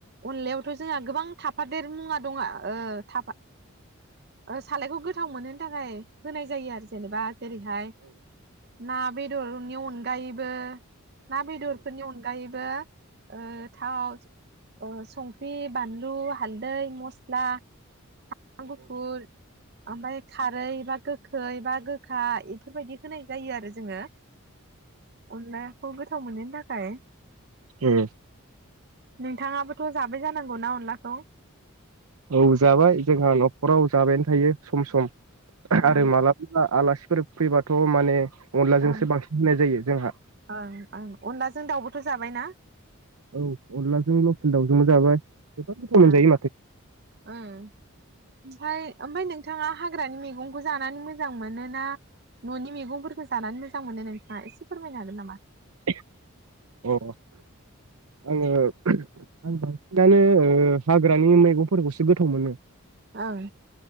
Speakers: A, on the right; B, on the right.
A: अनलायावथ जोंहा गोबां थाफादेर मुवा दङ ओ थाफा सालायखौ गोथाव मोनहोनो थाखाय होनाय जायो आरो जेनेबा। जेरै हाय ना। बेदर नि अनगायैबो ना बेदरफोरनि अनगायैबो। ओ थाव ओ संख्रि बानलु हालदै मस्ला। स्ला साम्राम गुफुर ओमफ्राय खारै। बा गोखै बा गोखा बेफोरबायदि होनाय जायो आरो जोङो। उनला। औ गोथाव मोननि थाखाय।
B: ए
A: नोंथाङाबोथ जाबाय जानांगौना अनलाखौ।
B: औ जाबाय जोंहा नखराव जाबायानो थायो सम -सम। खारो
A: ओं
B: माला बोला आलास फोर फैबाथ माने। अनलाजोंसो
A: ओं
B: बांसिन होनाय जायो जोंहा
A: ओं ओं अनलाजों दाउ। जाबायना।
B: औ अनलाजों लकेल दाउजोंबो जाबाय। जोबोद गोथाव मोनजायो
A: ओं
B: माथो
A: ओं ओमफ्राय-ओमफ्राय नोंथाङा हाग्रानि मैगं। खौ जानानै मोजां मोनो ना ननि मैगंफोरखौ जानानै मोजां मोनो नोंथाङा एसे फोरमायनो हागोन नामा?
B: <inaudible> अ आङो आं बांसिनानो ओ हाग्रानि मैगंफोरखौसो गोथाव मोनो
A: ओं